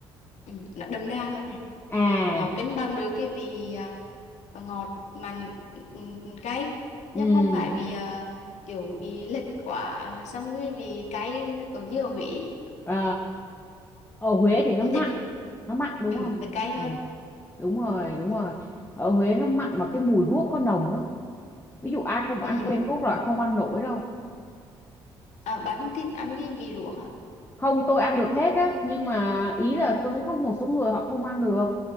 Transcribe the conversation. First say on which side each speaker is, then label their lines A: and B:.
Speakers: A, on the left (about 60°); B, on the left (about 15°).
A: ừm, nó đậm đà hơn này
B: à
A: nó cân bằng được cái vị à, à, ngọt mặn ừm, ừm, cay
B: ừ
A: nhưng không phải bị à, kiểu bị lệch quá xong rồi vì cay ở như ở Huế ấy.
B: ờ ở Huế thì nó
A: mình
B: mặn
A: thấy
B: nó mặn đúng
A: ừ,
B: không
A: phải cay hơn
B: ừ đúng rồi đúng
A: ừ.
B: rồi ở Huế nó mặn mà cái mùi ruốc có nồng lắm ví dụ ai không ăn
A: Ừ.
B: quen ruốc là không ăn nổi đâu
A: À, bạn không thích ăn cái vị ruốc à?
B: không tôi ăn được hết á nhưng mà ý là tôi thấy có một số người họ không ăn được